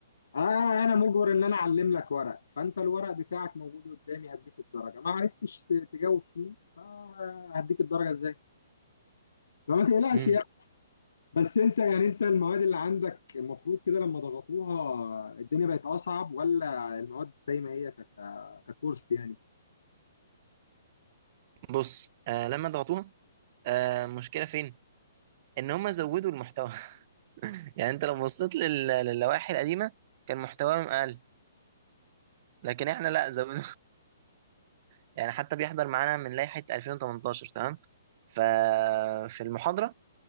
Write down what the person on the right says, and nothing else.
مم.
بص آه لما ضغطوها آه مشكلة فين؟ إن هم زودوا المحتوى <laughs> يعني أنت لو بصيت لل... للوائح القديمة كان محتواهم أقل لكن إحنا لا زودوا <laughs> يعني حتى بيحضر معانا من لائحة 2018 تمام؟ ففي المحاضرة